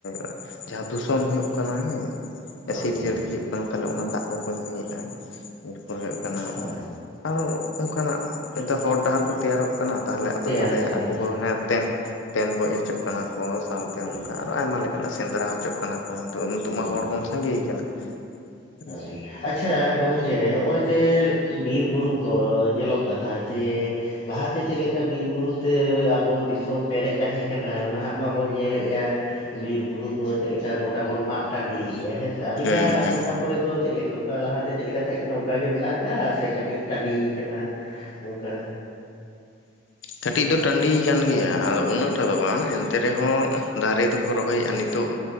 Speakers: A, on the left (about 75°); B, on the left (about 55°).
A: <unintelligible> ᱡᱟᱦᱟᱸ ᱫᱷᱩᱥᱚᱱ ᱦᱩᱭᱩᱜ ᱠᱟᱱᱟ ᱦᱮᱸ
B: ᱦᱳᱭ
A: ᱥᱤᱨᱡᱟᱹᱲᱤ ᱜᱮ ᱾ ᱟᱫᱚ ᱛᱟᱦᱚᱞᱮ ᱚᱱᱟ ᱫᱟᱜ ᱠᱚᱠᱚ ᱧᱩᱭᱮᱜ-ᱟ ᱮᱨᱯᱚᱨᱮ ᱦᱩᱭᱩᱜ ᱠᱟᱱᱟ
B: ᱦᱳᱭ
A: ᱾ ᱟᱨᱚ ᱚᱱᱠᱟᱱᱟᱜ ᱱᱤᱛᱟᱨ ᱦᱚᱨ ᱰᱟᱦᱟᱨ ᱠᱚ ᱛᱮᱭᱟᱨᱚᱜ ᱠᱟᱱᱟ ᱾ ᱛᱟᱦᱚᱞᱮ ᱟᱫᱚ
B: ᱛᱮᱭᱟᱨᱚᱜ
A: ᱚᱸᱰᱮ
B: ᱠᱟᱱᱟ
A: ᱟᱠᱚ ᱠᱚ ᱦᱮᱸ ᱛᱮᱱ, ᱛᱮᱱ ᱜᱚᱡ ᱦᱚᱪᱚᱜ ᱠᱟᱱᱟ ᱠᱚ ᱥᱟᱶᱛᱮ
B: ᱦᱳᱭ
A: ᱚᱱᱠᱟ ᱚᱱᱠᱟ ᱞᱮᱠᱟᱱᱟᱜ ᱥᱮᱸᱫᱽᱨᱟ ᱦᱚᱪᱚᱜ ᱠᱟᱱᱟ ᱠᱚ ᱱᱤᱛᱚᱜ ᱱᱤᱛᱚᱜ
B: ᱦᱳᱭ
A: ᱢᱟ ᱦᱚᱲ ᱵᱚᱱ ᱥᱟᱸᱜᱮ ᱟᱠᱟᱱᱟ ᱾
B: ᱦᱳᱭ ᱟᱪᱪᱷᱟ ᱜᱚᱝᱠᱮ ᱦᱚᱜ-ᱚᱭ ᱥᱮᱞ ᱵᱤᱨ ᱵᱩᱨᱩ ᱠᱚ ᱧᱮᱞᱚᱜ ᱠᱟᱱᱟ ᱡᱮ ᱞᱟᱦᱟᱛᱮ ᱪᱮᱞᱠᱟ ᱵᱤᱨ ᱵᱩᱨᱩᱛᱮ ᱟᱵᱚ ᱫᱤᱥᱚᱢ ᱯᱮᱨᱮᱡ ᱛᱟᱦᱮᱸ ᱠᱟᱱᱟ ᱱᱟᱦᱟᱜ ᱢᱟᱵᱚᱱ ᱧᱮᱞᱮᱜ-ᱟ ᱾ ᱵᱤᱨ ᱵᱩᱨᱩ ᱠᱚ ᱪᱮᱞᱠᱟ ᱜᱚᱴᱟ ᱵᱚᱱ ᱢᱟᱜ ᱴᱟᱺᱰᱤᱭᱮᱜ-ᱟ ᱦᱮᱸᱥᱮ ᱟᱵᱤᱱᱟᱜ
A: ᱦᱮᱸ ᱦᱮᱸ
B: ᱴᱚᱴᱷᱟ ᱠᱚᱨᱮ ᱫᱚ ᱪᱮᱫ ᱞᱮᱠᱟ ᱚᱱᱠᱟ ᱞᱟᱦᱟᱛᱮ ᱪᱮᱜ ᱞᱮᱠᱟ ᱛᱟᱦᱮᱸ ᱠᱟᱱᱟ ᱚᱱᱠᱟ ᱜᱮ ᱢᱮᱱᱟᱜ ᱠᱟᱜᱼᱟ ᱥᱮ ᱠᱟᱹᱴᱤᱡ ᱴᱟᱹᱰᱤᱭ ᱠᱟᱱᱟ? ᱚᱱᱠᱟ
A: ᱠᱟᱹᱴᱤᱡ ᱫᱚ ᱴᱟᱺᱰᱤᱭ ᱠᱟᱱ ᱜᱮᱭᱟ ᱟᱫᱚ ᱩᱱᱟᱹᱜᱴᱟ ᱫᱚ ᱵᱟᱝ ᱮᱱᱛᱮ ᱨᱮᱦᱚᱸ ᱫᱟᱨᱮ ᱫᱚᱠᱚ ᱨᱚᱦᱚᱭᱮᱜᱼᱟ ᱱᱤᱛᱚᱜ